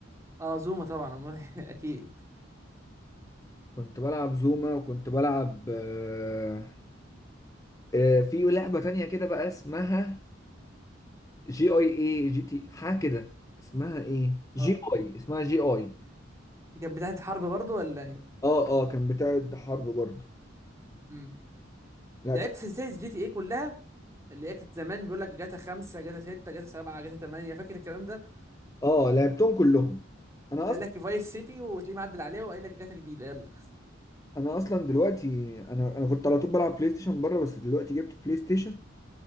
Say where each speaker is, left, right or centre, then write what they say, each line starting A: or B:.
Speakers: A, on the right; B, on the left.
A: اه زوما طبعا أمال إيه؟ <laughs> اكيد
B: كنت بلعب زوما وكنت بلعب آه، آه، في لعبه تانية كده بقى اسمها جي اي اي جي تي حاجه كده اسمها ايه جي
A: اه
B: اي اسمها جي اي
A: دي كانت بتاعه الحرب برضه ولا ايه
B: اه اه كان بتاعت حرب برضه
A: امم
B: لا
A: لعبت
B: كان
A: سلسله جي تي ايه كلها اللي هي كانت زمان بيقول لك جاتا خمسة جاتا ستة جاتا سبعة جاتا تمانية فاكر الكلام ده
B: اه لعبتهم كلهم انا
A: قايل لك فايس سيتي وتلاقيه معدل عليه وقايل لك جاتا جديدة يلا
B: انا اصلا دلوقتي انا انا كنت على طول بلعب بلاي ستيشن بره بس دلوقتي جبت بلاي ستيشن